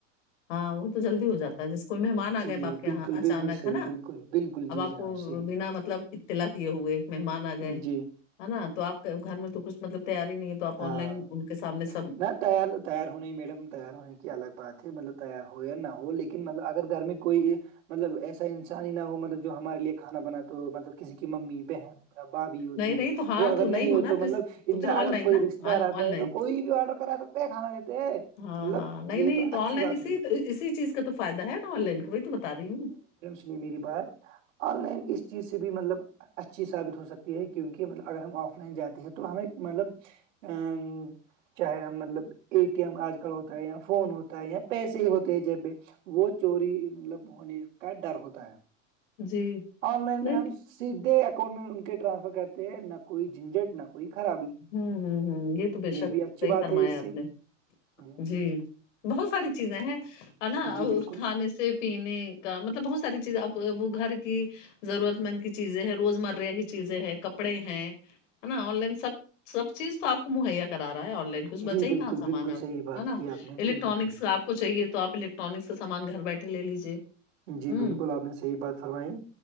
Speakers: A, on the left; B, on the right.
A: ہاں وہ تو جلدی ہو جاتا جس کو مہمان آ
B: جی
A: گئے اب آپ کے
B: بالکل
A: یہاں اچانک
B: بالکل صحیح
A: ہے نا
B: بالکل بالکل جی
A: اب آپ
B: جناب
A: کو
B: صحیح
A: بنا مطلب تلا کیے ہوئے مہمان آ گئے
B: جی
A: ہے نا تو آپ گھر میں تو کچھ مطلب تیاری نہیں تو آپ
B: ہاں
A: آن لائن ان کے سامنے سب
B: نہ تیار تیار ہونے ہی میڈم تیار ہونے کی الگ بات ہے مطلب تیار ہو یا نہ ہو لیکن مطلب اگر گھر میں کوئی مطلب ایسا انسان ہی نہ ہو مطلب جو ہمارے لیے کھانا بناتے ہو مطلب کسی کی ممی بہن باب بھی ہوتی
A: نہیں نہیں
B: ہے
A: تو ہاں
B: وہ اگر
A: تو
B: نہیں ہو
A: ہونا
B: تو مطلب
A: اس
B: ان
A: تو پھر
B: اگر
A: لائن
B: کوئی
A: نا
B: رشتے دار
A: آن
B: آتا ہے
A: لائن
B: تو کوئی بھی آرڈر کرا سکتا ہے کھانا دیتے
A: ہاں
B: مطلب
A: ہاں نہیں
B: یہ
A: نہیں
B: تو اچھی
A: آن لائن
B: بات
A: اسی
B: ہوئی
A: تو اسی چیز کا تو فائدہ ہے نا آن لائن کا بھی تو بتا رہی ہوں
B: نہیں میری بات آن لائن اس چیز سے بھی مطلب اچھی ثابت ہو سکتی ہے کیونکہ مطلب اگر ہم آف لائن جاتے ہیں تو ہمیں مطلب ا چاہے ہم مطلب اے ٹی ایم آج کل ہوتا ہے یا فون ہوتا ہے یا پیسے ہی ہوتے ہیں جب پہ وہ چوری مطلب ہونے کا ڈر ہوتا ہے
A: جی
B: آن لائن
A: نہیں
B: میں ہم سیدھے اکاؤنٹ میں ان کے ٹرانسفر کرتے ہیں نہ کوئی جھنجٹ نہ کوئی خرابی
A: ہوں ہوں ہوں یہ تو بے شک
B: بھی اچھی
A: صحیح
B: بات
A: فرمایا
B: ہے اس
A: آپ
B: سے
A: نے
B: ہوں،
A: جی بہت ساری چیزیں ہیں ہے نا
B: جی
A: اس
B: بالکل
A: کھانے سے پینے کا مطلب بہت ساری چیز ا وہ گھر کی ضرورت مند کی چیزیں ہیں روزمرہ کی چیزیں ہیں کپڑے ہیں نا آن لائن سب سب چیز تو آپ کو مہیا کرا رہا ہے آن لائن کچھ بچے
B: جی
A: ہی
B: بالکل
A: کہاں سامان
B: بالکل
A: اب
B: صحیح بات
A: ہے نا
B: کی آپ نے
A: الیکٹرانکس
B: بل ہوں،
A: کا آپ کو چاہیے تو آپ الیکٹرانکس کا سامان گھر بیٹھے لیجیے
B: جی
A: ہوں
B: بالکل آپ نے صحیح بات فرمائی